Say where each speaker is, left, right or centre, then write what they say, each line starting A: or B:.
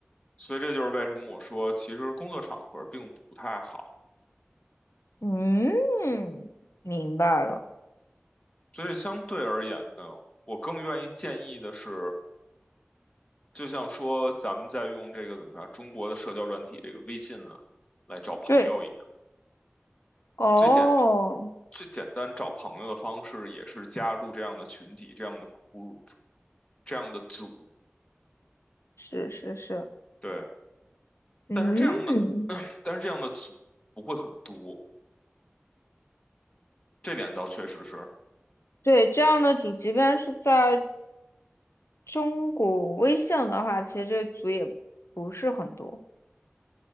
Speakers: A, on the left; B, on the left.
A: 所以这就是为什么我说，其实工作场合并不太好。
B: 嗯，明白了。
A: 所以相对而言呢，我更愿意建议的是，就像说咱们在用这个怎么着，中国的社交软体这个微信呢，来找朋友一样。
B: 对，哦，
A: 最简最简单找朋友的方式也是加入这样的群体、这样的 group、这样的组，
B: 是是是，
A: 对。
B: 嗯，
A: 但是这样的，<clears throat> 但是这样的组不会很多，这点倒确实是。
B: 对，这样的主即便是在中国微信的话，其实这组也不是很多。